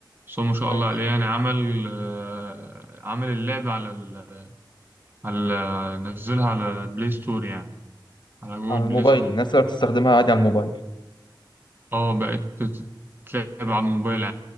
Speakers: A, on the right; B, on the left.
A: بس هو ما شاء
B: كويس
A: الله عليه يعني عمل آه، عمل اللعبة على ال على نزلها على بلاي ستور يعني على جوجل
B: على الموبايل
A: بلاي ستور
B: الناس تقدر تستخدمها عادي على الموبايل
A: اه بقت تت- تتلعب على الموبايل